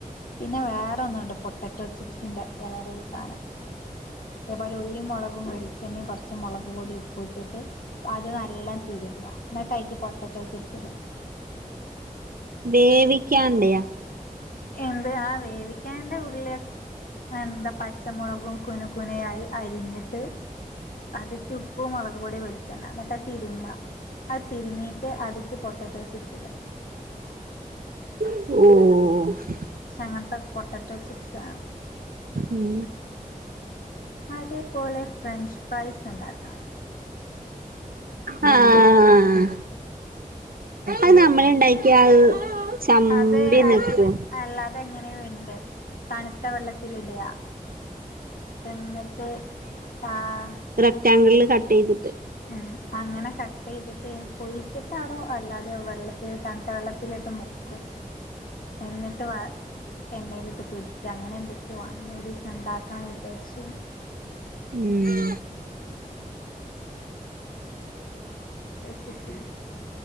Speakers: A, on the left (about 70°); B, on the right (about 75°).
A: പിന്നെ വേറൊന്നുമുണ്ട്. പൊട്ടാറ്റോ ചിപ്സിന്റെ വേറൊരു സാധനം അതേപോലെ ഉള്ളിയും, മുളകും, വെളിച്ചെണ്ണയും കുറച്ച് മുളകുപൊടിയും, ഉപ്പും ഇട്ടിട്ട് അത് നല്ല തിരുമ്പാ എന്നിട്ടതിലേക്ക് പൊട്ടാറ്റോ ചിപ്സിടുക
B: വേവിക്കൻണ്ടേ
A: എന്ത് ആഹ് വേവിക്കാണ്ടെ ഉള്ളി എന്താ പച്ചമുളകും കുനുകുനെയായി അരിഞ്ഞിട്ട് അതിലേക്കു ഉപ്പ്, മുളകുപൊടി വെളിച്ചെണ്ണ എന്നിട്ടതു തിരുമ്മുക, അത് തിരുമിയിട്ട് അതിലേക്കു പൊട്ടാറ്റോ ചിപ്സിടുക
B: ഓ ഓ ഓഹോ
A: പക്ഷെ അങ്ങൻത്തെ പൊട്ടാറ്റോ ചിപ്സാവണം
B: ഉം
A: അതേപോലെ ഫ്രഞ്ചു ഫ്രൈസു ഉണ്ടാക്കണം
B: ആഹ് അത് നമ്മളുണ്ടാക്കിയാലത് ചമ്പി
A: അത് അത്
B: നിൽക്കോ
A: അല്ലാതെ എങ്ങനെയോ ഇണ്ട് തണുത്ത വെള്ളത്തിലിടുക എന്നിട്ട് ആഹ്
B: റെക്ടാങ്കിളിൽ കട്ടു ചെയ്തിട്ട്
A: <unintelligible> അങ്ങനെ കട്ടുചെയ്തിട്ട് പൊഴിച്ചിട്ടാണോ അല്ലാതെയോ വെള്ളത്തിൽ തണുത്ത വെള്ളത്തിലിട്ടുമുക്കും എന്നിട്ടു വഴ എണ്ണയിലിട്ടു പൊരിക്കുക അങ്ങനെയെന്തൊക്കെയോവാ, ഒരു ദിവസം ഉണ്ടാക്കണമെന്നു വിചാരിച്ച്ണ്
B: ഉം
A: കഴിച്ചിട്ട്